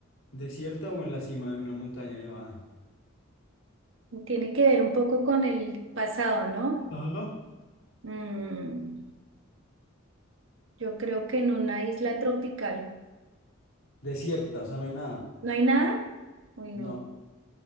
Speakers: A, on the left; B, on the right.
A: desierta o en la cima de una montaña nevada?
B: Tiene que ver un poco con el pasado, ¿no?
A: Ajá.
B: Mm, yo creo que en una isla tropical
A: Desierta, o sea, no hay nada.
B: no hay nada. Uy, no.
A: No,